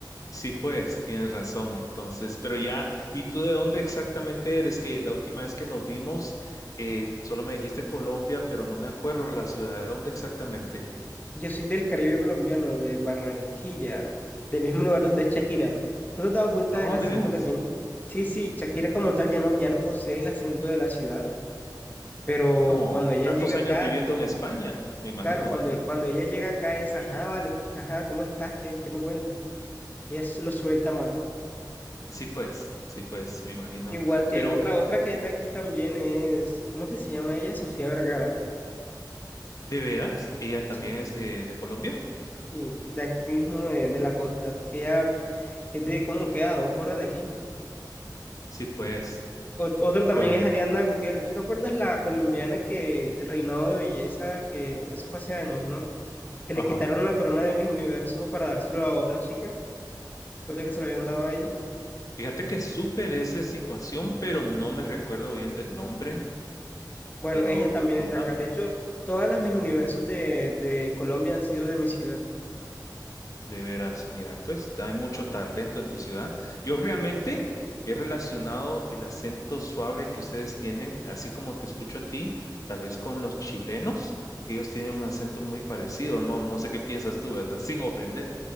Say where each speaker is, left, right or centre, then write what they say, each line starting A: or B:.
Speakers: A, on the left; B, on the left.
A: Sí, pues, tienes razón. Entonces, pero ya, ¿y tú de dónde exactamente eres? Que la última vez que nos vimos, eh, solo me dijiste Colombia, pero no me acuerdo la ciudad. ¿De dónde exactamente?
B: Yo soy del Caribe colombiano, de Barranquilla, del mismo lugar donde es Shakira. ¿Tú te has dado cuenta
A: Oh,
B: del acento
A: de veras.
B: que tiene? Sí, sí, Shakira como tal ya no, ya no posee el acento de la ciudad, pero
A: No,
B: cuando ella
A: tantos
B: llega
A: años
B: acá,
A: viviendo en España, me imagino,
B: claro, cuando,
A: ¿verdad?
B: cuando ella llega acá es, ajá, vale, ajá, ¿cómo estás? ¿Qué, qué me cuentas? Y es, lo suelta más.
A: Sí, pues, sí, pues, me imagino.
B: Igual que
A: Pero,
B: otra, otra que es de aquí también es, ¿cómo que se llama ella? Sofía Vergara.
A: ¿de veras? ¿Ella también
B: Sí,
A: es de, de Colombia?
B: sí, de aquí mismo, eh, de la costa. Ella es de como que a dos horas de aquí.
A: Sí, pues,
B: Ot- Otro también
A: pues,
B: es Ariana Gutiérrez. ¿Tú te acuerdas la colombiana que del reinado de belleza que eso fue hace años, ¿no? Que
A: ajá.
B: le quitaron la corona de Miss Universo para dárselo a otra chica después de que se lo habían dado a ella.
A: Fíjate que supe de esa situación, pero no me recuerdo bien del nombre.
B: Bueno,
A: Pero
B: ella también
A: contame,
B: es de acá. De hecho, todas las Miss
A: ajá,
B: Universos de, de Colombia han sido de mi ciudad.
A: de veras, mira, pues hay mucho talento en tu ciudad. Yo realmente he relacionado el acento suave que ustedes tienen, así como te escucho a ti, tal vez con los chilenos, que ellos tienen un acento muy parecido. No, no sé qué piensas tú, ¿verdad? Sin ofender.